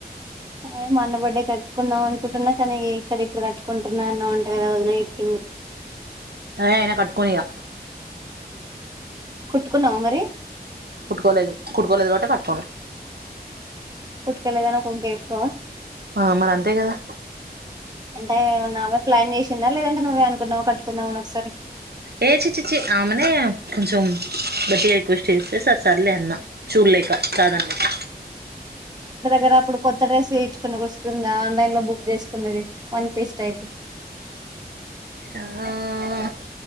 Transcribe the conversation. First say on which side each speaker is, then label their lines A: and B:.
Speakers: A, on the right; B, on the right.
A: అదే మా అన్న బర్డే కట్టుకుందాం అనుకుంటున్నా కానీ ఇక్కడ ఇక్కడ కట్టుకుంటున్నా అన్న ఉంటు కదా వదన చెప్పింది ఆ
B: హే అయిన కట్టుకుని ఇగా
A: కుట్టుకున్నవా మరి
B: కుట్టుకోలేదు కుట్టుకోలేదు కాబట్టి కట్టుకోను
A: కుట్టుకోలేదని ఒక వంక చెప్తావా
B: ఆ మరీ అంతే కదా
A: అంటే ఏమన్నామె ప్లాన్ చేసిందా లేదంటే నువ్వే అనుకున్నావు కట్టుకుందామని ఒకసారి
B: ఏ చీ చిచ్చి ఆమెనే కొంచెం గట్టిగా రిక్వెస్ట్ చేసే సార్ సర్లే అన్న చూర్ లేక్క చాదన్ లేక్క
A: గ్గర అప్పుడు కొత్త డ్రెస్ తీచ్చుకున గుర్తు ఉందా ఆన్లైన్ లో బుక్ చేస్త న్నది వన్ పీస్ టైప్
B: ఆ